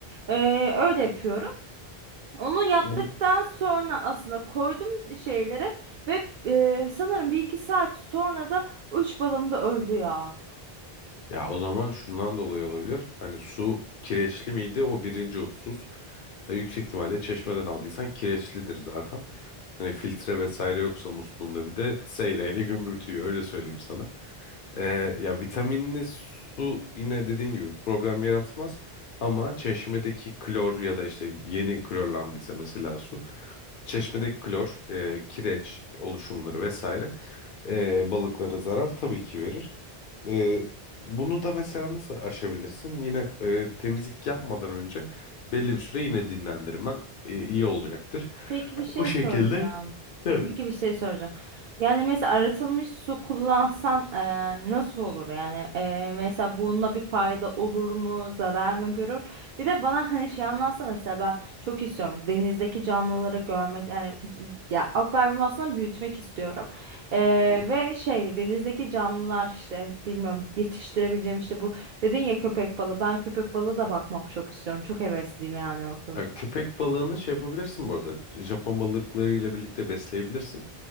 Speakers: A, on the right; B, on the left.
A: E, öyle
B: Hı hı.
A: yapıyorum. Onu yaptıktan
B: Ya-
A: sonra aslında koydum şeylere ve e, sanırım bir iki saat sonra da üç balım da öldü ya.
B: Ya o zaman şundan dolayı olabilir. Hani su kireçli miydi? O birinci husus. E, yüksek ihtimalle çeşmeden aldıysan kireçlidir zaten. Hani filtre vesaire yoksa musluğunda bir de seyreyle gümbürtüyor öyle söyleyeyim sana. E, ya vitaminli su yine dediğin gibi bir problem yaratmaz. Ama çeşmedeki klor ya da işte yeni klorlandıysa mesela su. Çeşmedeki klor, e, kireç oluşumları vesaire e, balıklara zarar tabii ki verir. Ee, bunu da mesela nasıl aşabilirsin? Yine e, temizlik yapmadan önce belli bir süre yine dinlendirmen e, iyi olacaktır.
A: Peki bir şey
B: O şekilde
A: soracağım.
B: tabii.
A: Peki bir şey soracağım. Yani mesela arıtılmış su kullansan eee, nasıl olur? Yani eee, mesela bununla bir fayda olur mu? Zarar mı görür? Bir de bana hani şey anlatsa mesela ben çok istiyorum. İşte Denizdeki canlıları görmek yani c- ya akvaryumu aslında büyütmek istiyorum. Eee,
B: Hı hı.
A: ve şey denizdeki canlılar işte bilmiyorum yetiştirebileceğim işte bu dedin ya köpek balığı. Ben köpek balığı da bakmak çok istiyorum. Çok hevesliyim yani o konuda.
B: Ya köpek balığını şey yapabilirsin bu arada. Japon balıklarıyla birlikte besleyebilirsin.